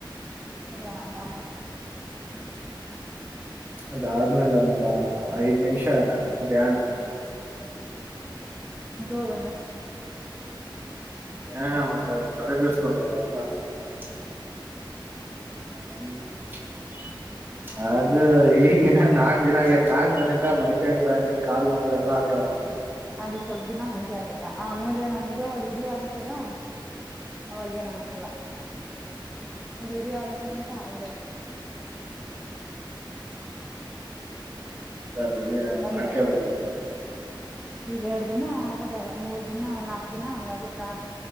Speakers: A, in the centre; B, on the right (about 25°).
A: ವ್ಯಾಯಮ
B: ಹ್ಮ್. ಅದಾದ್ಮೇಲೆ ಒಂದ ಐದ್ ನಿಮಿಷ ಧ್ಯಾನ.
A: ಜೋರಾಗ.
B: ಧ್ಯಾನ ಮಾಡ್ತಾ ಇದ್ದೀರಾ ಹೊರಗೆ ನಿಲ್ಲಿಸಬೇಕು ಎಲ್ಲರೂ <inaudible> ಅದು ಈಗಿನ ನಾಕ್ ದಿನ ಆಗ್ಯತ್ ನಾಕ್ ತನಕ ಮೈಕೈ ಬಾನಿ ಕಾಲು ನೋವು ಎಲ್ಲಾ ಆಗ್ಯಾವ.
A: ಅದು ಸ್ವಲ್ಪ ದಿನ ಹಂಗೆ ಆಗುತ್ತೆ ಆಮೇಲೆ ನಮ್ಗೆ ಈಗ ರೂಢಿ ಆಗುತ್ತಲ್ಲ ಅವಾಗೇ ಏನ್ ಅನ್ಸಲ್ಲ. ರೂಡಿ ಆಗ ತನಕ ಅಂಗೇ ಅದು.
B: ರೂಡಿಯ ಮಾಡ್ಕೇಬೇಕು
A: ಒಂದೆ
B: ಮತ್ತ
A: ಈಗ ಎರಡು ದಿನ ಆಗದಲ್ಲ ಮೂರ್ ದಿನ ನಾಕು ದಿನ ಹಂಗಗತ್ತಾ